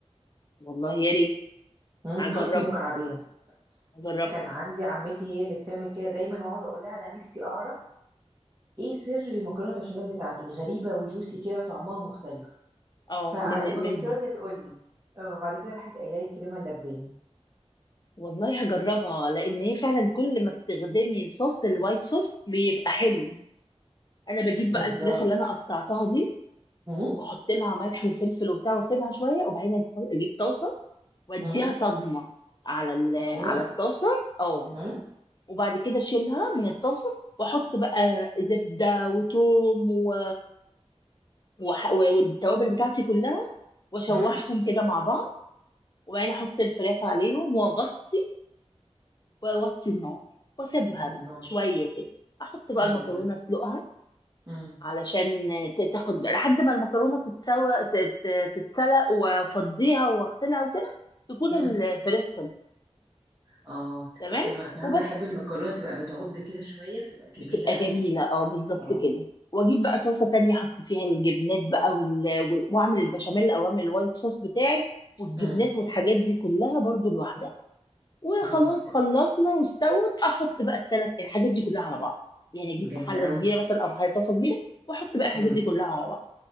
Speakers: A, on the left; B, on the right.
A: والله يا ريت
B: امم
A: هجربها
B: حطي مكعبين
A: هجربها
B: كان عندي عمتي هي اللي بتعمل كده دايما واقعد اقول لها انا نفسي اعرف ايه سر المكرونه البشاميل بتاعتك غريبه وجوسي كده وطعمها مختلف
A: اه
B: فما
A: من منهم
B: كانتش راضيه تقول لي اه بعد كده راحت قايله لي الكريمه اللباني
A: والله هجربها لان هي فعلا كل ما بتخدمي الصوص الوايت صوص بيبقى حلو انا بجيب
B: بالظبط
A: بقى الفراخ اللي انا قطعتها دي
B: امم
A: واحط لها ملح وفلفل وبتاع واسيبها شويه وبعدين أح- اجيب طاسه واديها
B: امم
A: صدمه على ال-
B: ايوه
A: على الطاسه اه
B: امم
A: وبعد كده اشيلها من الطاسه واحط بقى زبده وثوم و... وح... والتوابل بتاعتي كلها واشوحهم
B: امم
A: كده مع بعض وبعدين احط الفراخ عليهم واغطي واوطي النار واسيبها
B: الله
A: بقى شويه كده احط بقى
B: حلو
A: المكرونه
B: ده
A: اسلقها
B: امم
A: علشان ت- تاخد بقى لحد ما المكرونه تتسوى ت- ت- تتسلق وافضيها واغسلها وكده تكون
B: امم
A: الفراخ خلصت
B: اه تبقى
A: تمام
B: حلوه انا كمان
A: وببقى
B: بحب المكرونه تبقى بتعض كده شويه بتبقى جميله
A: بتبقى
B: قوي
A: جميلة اه بالظبط
B: اه
A: كده واجيب بقى طاسة تانية احط فيها الجبنات بقى وال... وال... واعمل البشاميل او اعمل الوايت صوص بتاعي والجبنات
B: امم
A: والحاجات دي كلها برضو لوحدها وخلاص
B: اه
A: خلصنا واستوت احط بقى الثلاث الحاجات دي كلها على بعض يعني اجيب
B: جامده
A: حلة
B: قوي
A: كبيرة مثلا او حاجة طاسة كبيرة واحط بقى الحاجات
B: امم
A: دي كلها على بعض